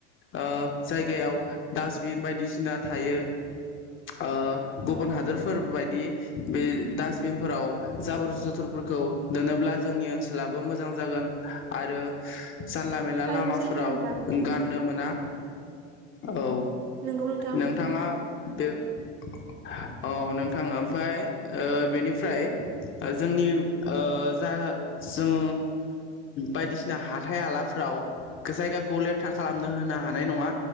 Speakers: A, on the left; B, on the right.
A: ओ जायगायाव डासबिन बायदिसिना थायो ‌ओ गुबुन हादोरफोर बायदि बे दासबिनफोराव जाबोर जथरफोरखौ दोनोब्ला जोंनि ओनसोलाबो मोजां जागोन आरो जानला मेला
B: थारैनो
A: लामाफोराव
B: सैथो नोंथां
A: गारनो मोना। औ।
B: नोंगौ नोंथां।
A: नोंथाङा बे औ नोंथां ओमफ्राय ओ बेनिफ्राय जोंनि ओ जा जों बायदिसिना हाथाय हालाफोराव जायगाखौ लेथ्रा खालामनो होनो हानाय नङा